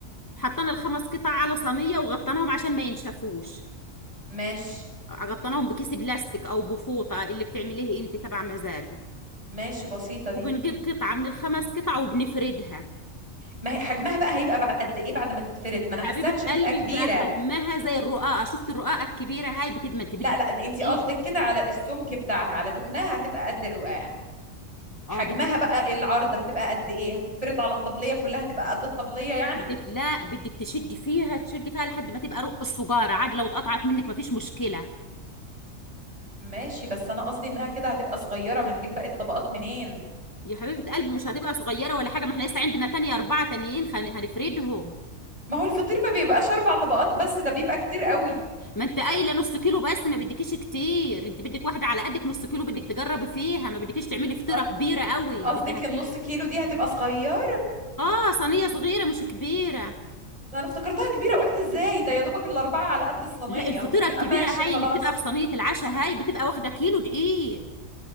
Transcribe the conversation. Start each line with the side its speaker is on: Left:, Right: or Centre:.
Left: حطينا الخمس قطع على صينية وغطيناهم عشان ما ينشفوش
Right: ماشي
Left: غطيناهم بكيس بلاستيك او بفوطة اللي بتعمليه انت تبع مزاجك
Right: ماشي بسيطه
Left: وبنجيب
Right: دي
Left: قطعة من الخمس قطع وبنفردها
Right: ما هي حجمها بقى هيبقى بعد قد ايه بعد ما تتفرد ما انا
Left: حبيبة
Right: حاساها مش هتبقى
Left: قلبي
Right: كبيره
Left: بيبقى حجمها زي الرقاقة شفت الرقاقة الكبيرة هاي بتبقى انت بدك
Right: لا لا
Left: ترقيها
Right: انت قصدك كده على السمك بتاعها على تخنها هتبقى قد الرقاقه حجمها
Left: اه بدك
Right: بقى العرض هتبقى قد ايه هتتفرد على الطبلية كلها هتبقى قد الطبلية يعني
Left: بدك لا بدك تشدي فيها تشدي فيها لحد ما تبقى رق السجارة عادي لو اتقطعت منك مفيش مشكلة
Right: ماشي بس انا قصدي انها كده هتبقى صغيرة هنجيب باقي الطبقات منين
Left: يا حبيبة قلبي مش هتبقى صغيرة ولا حاجة ما احنا لسه عندنا تانية أربعة تانيين خن- هنفردهم
Right: ما هو الفطير ما بيبقاش اربع طبقات بس ده بيبقى كتير قوي
Left: ما انت قايلة نص كيلو بس ما بدكيش كتير انت بدك واحدة على قدك نص كيلو بدك تجربي فيها ما بدكيش تعملي فطيرة
Right: أ-
Left: كبيرة قوي
Right: قصدك
Left: بدها كيلو
Right: النص كيلو دي هتبقى صغيرة
Left: اه صينية صغيرة مش كبيرة
Right: انا افتكرتها كبيرة قلت ازاي ده يا دوبك الاربعة على قد الصينية
Left: لا الفطيره
Right: لا
Left: الكبيره
Right: ماشي
Left: هاي
Right: خلاص
Left: اللي بتبقى في صينيه العشاء هاي بتبقى واخده كيلو دقيق